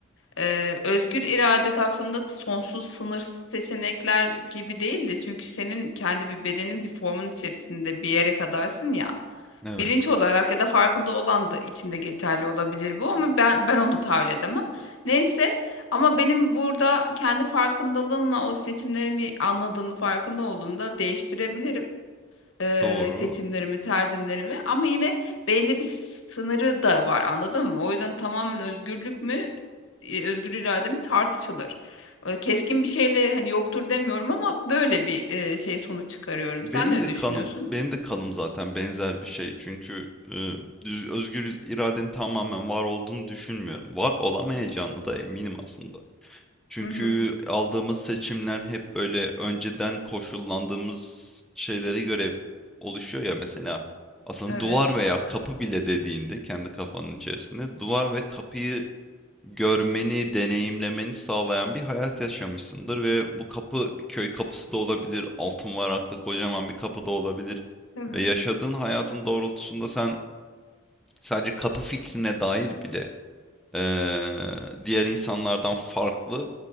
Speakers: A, on the left; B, in the centre.
A: Ee, özgür irade kapsamında sonsuz sınırsız seçenekler gibi değildi. Çünkü senin kendi bir bedenin bir formun içerisinde bir yere kadarsın ya.
B: evet.
A: Bilinç olarak ya da farkında olan da içinde geçerli olabilir bu ama ben ben onu tahayyül edemem. Neyse ama benim burada kendi farkındalığımla o seçimlerimi anladığımda farkında olduğumda değiştirebilirim e,
B: Doğru.
A: seçimlerimi, tercihlerimi ama yine belli bir sınırı da var anladın mı? O yüzden tamamen özgürlük mü, e, özgür irade mi tartışılır. E, Keskin bir şeyle hani yoktur demiyorum ama böyle bir e, şey sonuç çıkarıyorum.
B: Benim
A: Sen ne
B: de
A: düşünüyorsun?
B: kanım, benim de kanım zaten benzer bir şey. Çünkü e, düz- özgür iradenin tamamen var olduğunu düşünmüyorum. Var olamayacağını da eminim aslında. Çünkü
A: Hı hı.
B: aldığımız seçimler hep böyle önceden koşullandığımız şeylere göre oluşuyor ya mesela aslında
A: Evet.
B: duvar veya kapı bile dediğinde kendi kafanın içerisinde duvar ve kapıyı görmeni, deneyimlemeni sağlayan bir hayat yaşamışsındır ve bu kapı bir köy kapısı da olabilir, altın varaklı kocaman bir kapı da olabilir
A: Tabii.
B: ve yaşadığın hayatın doğrultusunda sen sadece kapı fikrine dair bile eee, diğer insanlardan farklı